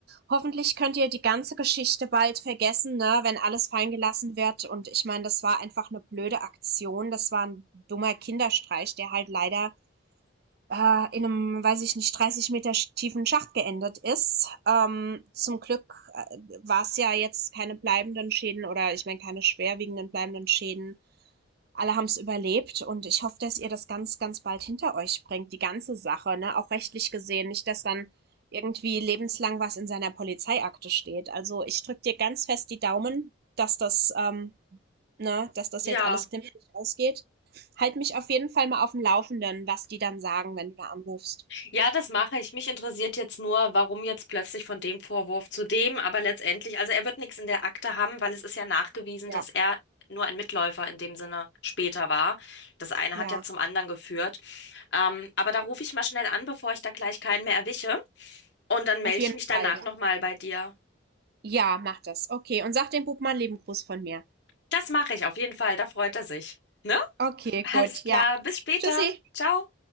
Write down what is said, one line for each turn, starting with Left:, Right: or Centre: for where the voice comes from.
Right: Hoffentlich könnt ihr die ganze Geschichte bald vergessen, ne, wenn alles fallen gelassen wird. Und ich meine, das war einfach eine blöde Aktion. Das war ein dummer Kinderstreich, der halt leider äh, in einem, weiß ich nicht, 30 Meter tiefen Schacht geendet ist. Ähm, zum Glück äh, war es ja jetzt keine bleibenden Schäden oder ich meine keine schwerwiegenden bleibenden Schäden alle haben es überlebt und ich hoffe, dass ihr das ganz, ganz bald hinter euch bringt, die ganze Sache, ne? auch rechtlich gesehen, nicht, dass dann irgendwie lebenslang was in seiner Polizeiakte steht. Also ich drücke dir ganz fest die Daumen, dass das, ähm, ne, dass das
Left: ja.
Right: jetzt alles glimpflich ausgeht. Halt mich auf jeden Fall mal auf dem Laufenden, was die dann sagen, wenn du da anrufst.
Left: Ja, das mache ich. Mich interessiert jetzt nur, warum jetzt plötzlich von dem Vorwurf zu dem, aber letztendlich, also er wird nichts in der Akte haben, weil es ist ja nachgewiesen,
Right: Ja,
Left: dass er nur ein Mitläufer in dem Sinne später war. Das eine
Right: ja,
Left: hat ja zum anderen geführt. Ähm, aber da rufe ich mal schnell an, bevor ich da gleich keinen mehr erwische. Und dann melde
Right: auf jeden
Left: ich mich danach
Right: Fall, ja.
Left: nochmal bei dir.
Right: Ja, mach das. Okay, und sag dem Bub mal einen lieben Gruß von mir.
Left: Das mache ich auf jeden Fall, da freut er sich. Ne?
Right: Okay,
Left: Alles
Right: gut,
Left: klar,
Right: ja.
Left: bis später.
Right: Tschüssi.
Left: Ciao.